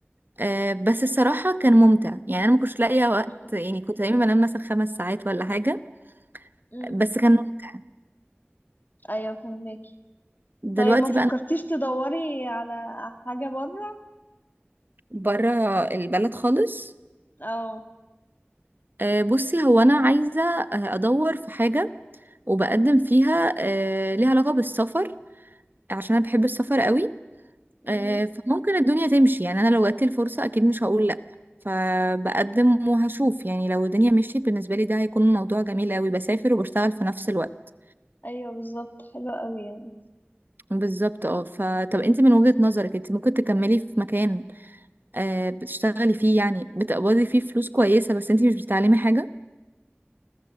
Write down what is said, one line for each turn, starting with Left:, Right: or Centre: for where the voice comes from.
Right: آه، بس الصراحة كان ممتع يعني أنا ما كنتش لاقية وقت
Left: امم
Right: يعني كنت دايما بنام مثلا خمس ساعات ولا حاجة
Left: امم
Right: بس كان ممتع
Left: ايوه فاهمك
Right: دلوقتي
Left: طيب ما فكرتيش
Right: بقى أنا
Left: تدوري على حاجة بره
Right: بره البلد خالص
Left: اه
Right: آه، بصي هو أنا عايزة آه، أدور في حاجة وبقدم فيها آه، ليها علاقة بالسفر عشان أنا بحب السفر قوي
Left: امم
Right: آه، فممكن الدنيا تمشي يعني أنا لو جاتلي الفرصة أكيد مش هقول لأ فبقدم وهشوف يعني لو الدنيا مشيت بالنسبة لي ده هيكون موضوع جميل قوي بسافر وبشتغل في نفس الوقت
Left: ايوه بالظبط حلوة قوي
Right: بالظبط اه فطب انت من وجهة نظرك انت ممكن تكملي في مكان آه بتشتغلي فيه يعني بتقبضي فيه فلوس كويسة بس انت مش بتتعلمي حاجة